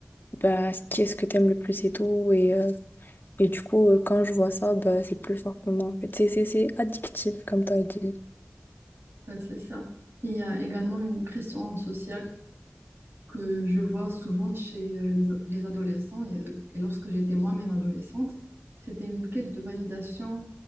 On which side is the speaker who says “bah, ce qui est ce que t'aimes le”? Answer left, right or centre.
Left